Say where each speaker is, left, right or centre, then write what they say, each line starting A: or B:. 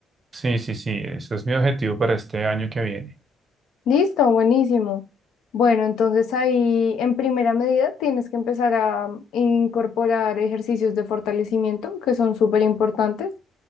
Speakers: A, on the right (about 35°); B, on the left (about 80°).
A: Sí, sí, sí, eso es mi objetivo para este año que viene.
B: Listo, buenísimo. Bueno, entonces ahí en primera medida tienes que empezar a incorporar ejercicios de fortalecimiento que son súper importantes.